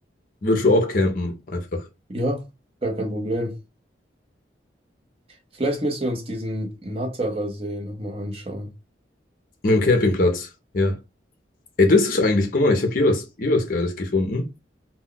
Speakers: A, on the left; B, on the right.
A: Würdest du auch campen, einfach.
B: Ja, gar kein Problem. Vielleicht müssen wir uns diesen Natterer See nochmal anschauen.
A: Mit dem Campingplatz, ja. Ey, das ist eigentlich, guck mal, ich habe hier was, hier was Geiles gefunden.